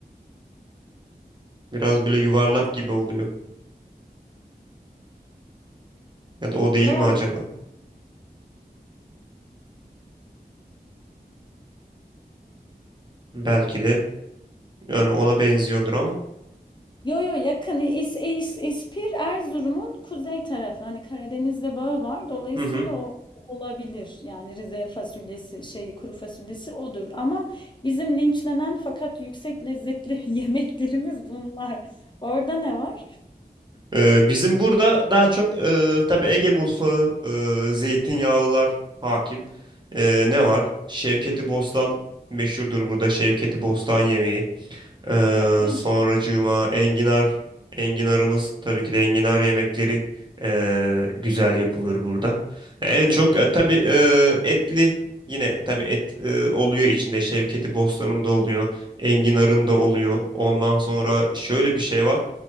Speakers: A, on the right; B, on the left.
A: Biraz böyle yuvarlak
B: Yani
A: gibi oluyor ya da o değil
B: buralar
A: mi acaba? Belki de yani ona benziyordur ama.
B: Yo yo yakın İs, İs, İspir Erzurum'un kuzey tarafı hani Karadeniz'le bağı var dolayısıyla
A: Hı hı.
B: o olabilir yani Rize fasulyesi şeyi kuru fasulyesi odur ama bizim linçlenen fakat yüksek lezzetli <laughs> yemeklerimiz bunlar. Orada ne var?
A: Ee, bizim burada daha çok e, tabii Ege mutfağı, e, zeytinyağlılar hakim. Ee, ne var? Şevketi Bostan meşhurdur burada. Şevketi Bostan yemeği. Ee,
B: Sebze,
A: sonracığıma enginar. Enginarımız tabii ki de enginar yemekleri e, güzel yapılır burada. E, En çok
B: kekik,
A: e, tabii e, etli yine tabii et e, oluyor içinde. Şevketi Bostan'ın da oluyor. Enginar'ın da oluyor. Ondan sonra şöyle bir şey var.